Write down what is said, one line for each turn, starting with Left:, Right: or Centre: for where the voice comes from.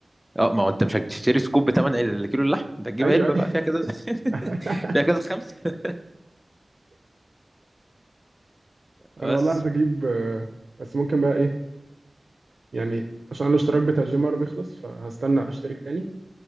Centre: اه ما هو انت مش هتشتري سكوب بتمن الكيلو اللحم انت هتجيب
Right: ايوه
Centre: علبه
Right: ايوه
Centre: بقى فيها كذا <laughs>
Right: <laughs>
Centre: فيها كذا خمسه بس
Right: انا والله عايز اجيب آه، بس ممكن بقى ايه يعني عشان الاشتراك بتاع الجيم مرة بيخلص فهستنى اشترك تاني